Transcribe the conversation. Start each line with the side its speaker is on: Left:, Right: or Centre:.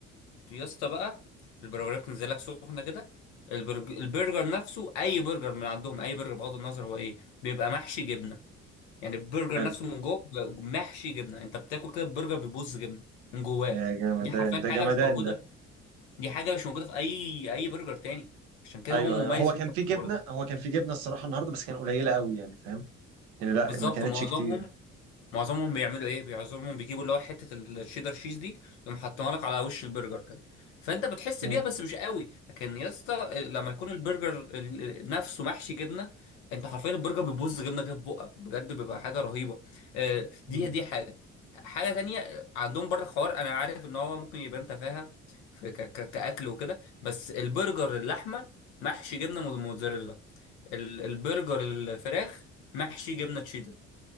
Left: يا اسطى بقى البرجرات بتنزل لك سخنه كده البرج... البرجر نفسه اي برجر من عندهم اي برجر بغض النظر هو ايه بيبقى محشي جبنه يعني البرجر
Right: حلو
Left: نفسه من جوه بيبقى محشي جبنه انت بتاكل كده البرجر بيبوظ جبنه من جواه
Right: يا جمدان
Left: دي حرفيا
Right: ده
Left: حاجه
Right: جمدان
Left: مش موجوده
Right: ده
Left: دي حاجه مش موجوده في اي اي برجر تاني عشان كده
Right: ايوه
Left: هو مميز
Right: ايوه هو كان
Left: جدا
Right: في
Left: في
Right: جبنة
Left: الحوار ده
Right: هو كان في جبنة الصراحة النهاردة بس كان قليلة قوي يعني فاهم يعني لا
Left: بالظبط
Right: ما كانتش
Left: ومعظمهم
Right: كتير
Left: معظمهم بيعملوا ايه معظمهم بيجيبوا اللي هو حته الشيدر شيز دي يقوم حاطينها لك على وش البرجر كده فانت بتحس
Right: مم،
Left: بيها بس مش قوي لكن يا اسطى لما يكون البرجر ال- نفسه محشي جبنه انت حرفيا البرجر بيبوظ جبنه كده في بقك بجد بيبقى حاجه رهيبه آه، دي
Right: مم.
Left: دي حاجه حاجه تانية عندهم برضه حوار انا عارف ان هو ممكن يبان تفاهه في ك- ك- كاكل وكده بس البرجر اللحمه محشي جبنه موتزاريلا ال- البرجر الفراخ محشي جبنه تشيدر